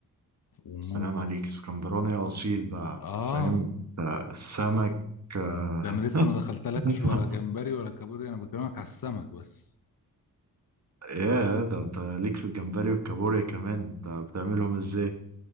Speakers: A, on the left; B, on the right.
A: وممكن
B: سلام عليك اسكندراني اصيل بقى
A: اه
B: فاهم آه، سمك آه،
A: ده انا لسه ما دخلتلكش
B: <laughs>
A: ولا جمبري ولا كابوري انا بكلمك على السمك بس
B: يا ده انت ليك في الجمبري والكابوريا كمان انت بتعملهم ازاي